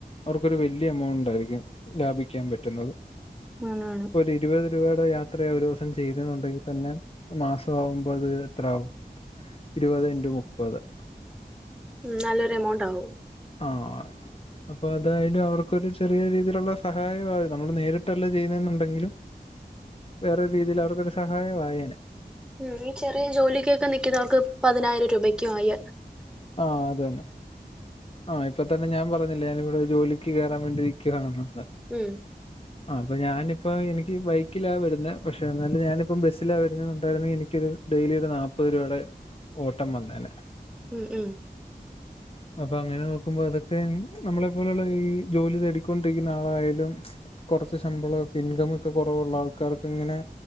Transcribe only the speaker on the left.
അവർക്കൊരു വലിയ എമൗണ്ട് ആയിരിക്കും ലാഭിക്കാൻ പറ്റുന്നത്.
ഒരു ഇരുപത് രൂപയുടെ യാത്രയ ഒരു ദിവസം ചെയ്തെന്നുണ്ടെങ്കിൽ തന്നെ മാസമാകുമ്പ മുപ്പത് എത്ര ആവും ഇരുപതെ ഇന്റു മുപ്പത്-
ആഹ്. അപ്പൊ അതായാലും അവർക്കൊരു ചെറിയ രീതിയിലുള്ള സഹായ ആ നമ്മള് നേരിട്ടല്ല ചെയ്യുന്നെന്നുണ്ടെങ്കിലും. വേറരു രീതിയിൽ അവർക്കോരു സഹായവായേന
ആഹ് അതന്നെ. ആഹ് ഇപ്പൊ തന്നെ ഞാൻ പറഞ്ഞില്ല ഞാനിവിടെ ജോലിക്ക് കേറാൻ വേണ്ടിയിരിക്കുകയാണെന്നുള്ളേ-
<inaudible> ആഹ് അപ്പ ഞാനിപ്പ എനിക്ക് ബൈക്കിലാ വരുന്നെ പക്ഷെ എന്നാലും ഞാനിപ്പ ബസ്സിലാ വരുന്നുണ്ടായിരുന്ന എനിക്കൊരു ഡെയിലി ഒരു നാല്പ്പത് രൂപയുടെ ഓട്ടം വന്നേനെ
അപ്പൊ അങ്ങനെ നോക്കുമ്പോ അതൊക്കെ നമ്മളെപ്പോലെയുള്ള ഈ ജോലി തേടിക്കൊണ്ടിരിക്കുന്ന ആളായാലും- കൊറച്ച് ശമ്പളൊക്കെ ഇൻകം ഒക്കെ കൊറവുള്ള ആൾക്കാർക്ക് ഇങ്ങനെ